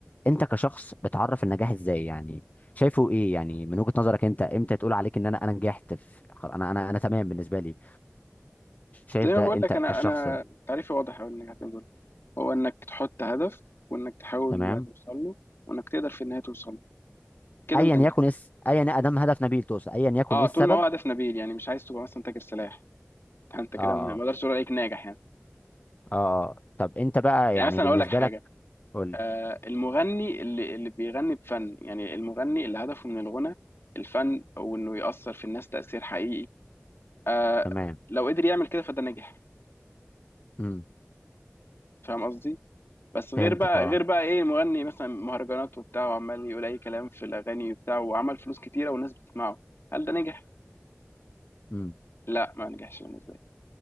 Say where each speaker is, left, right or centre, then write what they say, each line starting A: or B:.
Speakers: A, on the left; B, on the left.
A: انت كشخص بتعرف النجاح ازاي يعني شايفه ايه يعني من وجهة نظرك انت امتى تقول عليك ان انا انا نجحت في خل- انا انا انا تمام بالنسبه لي شايف
B: زي
A: ده
B: ما بقول
A: انت
B: لك
A: كشخص
B: انا انا تعريفي واضح أوي للنجاح زي ما بقول لك. هو انك تحط هدف وانك تحاول
A: تمام
B: توصل له وانك تقدر في النهايه توصل له كده
A: ايا
B: انت نجحت
A: يكن اس ايا ادم هدف نبيل توصل ايا يكن
B: اه
A: ايه السبب
B: طول ما هو هدف نبيل يعني مش عايز تبقى مثلا تاجر سلاح <laughs> انت كده
A: اه
B: ما
A: اه
B: اقدرش اقول عليك ناجح يعني
A: اه آه. طب انت بقى
B: يعني
A: يعني
B: مثلا
A: بالنسبه
B: اقول لك حاجه
A: لك قول لي
B: آه، المغني اللي اللي بيغني بفن يعني المغني اللي هدفه من الغنى الفن وانه يأثر في الناس تأثير حقيقي آه،
A: تمام
B: لو قدر يعمل كده فده نجح
A: امم
B: فاهم قصدي بس غير
A: فهمتك
B: بقى
A: اه
B: غير بقى ايه مغني مثلا مهرجانات وبتاع وعمال يقول اي كلام في الاغاني وبتاع وعمل فلوس كتيره والناس بتسمعه هل ده نجح
A: امم.
B: لا ما نجحش بالنسبه لي